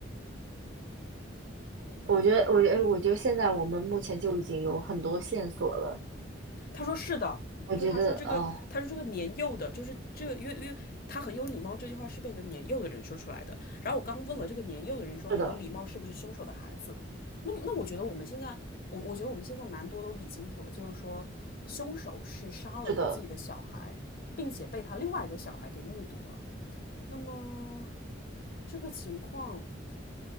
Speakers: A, on the right; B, on the left.
A: 我觉得，我觉得，我觉得现在我们目前就已经有很多线索了。
B: 他说是的，
A: 我觉得哦，
B: 就他说这个，他说这个年幼的，就是这个，因为因为他很有礼貌这句话是被一个年幼的人说出来的。然后我刚问了这个年幼的人说很有礼貌是不是凶手的孩子？
A: 是的，
B: 那我觉得我们现在，我我觉得我们现在蛮多都理清楚了，就是说凶手是杀了他自己的小孩，
A: 是的，
B: 并且被他另外一个小孩给目睹了。那么这个情况